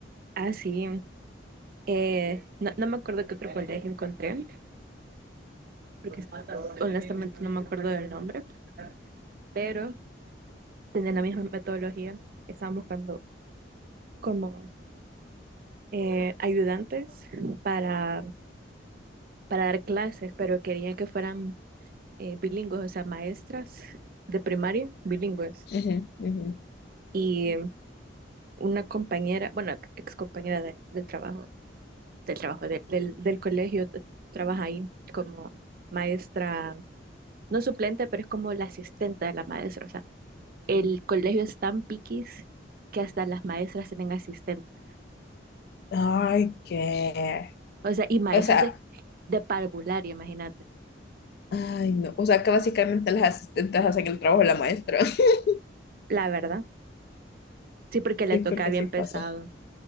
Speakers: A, on the right (about 50°); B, on the left (about 55°).
A: Ah, sí. eh, no, no me acuerdo qué otro colegio encontré, porque honestamente no me acuerdo del nombre. pero tienen la misma metodología. Estaban buscando como eh, ayudantes para, para dar clases, pero querían que fueran eh, bilingües, o sea, maestras de primaria bilingües.
B: ujú, ujú.
A: Y eh, una compañera, bueno, ex compañera de- del trabajo, del trabajo, de- del, del colegio, t- trabaja ahí como maestra, no suplente, pero es como la asistente de la maestra. O sea, el colegio es tan piquis que hasta las maestras tienen asistentes.
B: Ay, qué.
A: O sea, y maestras
B: O sea,
A: de, de parvularia, imagínate.
B: ay, no. O sea, que básicamente las asistentes hacen el trabajo de la maestra. <laughs>
A: La verdad. Sí, porque le
B: Sí,
A: toca
B: porque
A: bien
B: sí pasa.
A: pesado.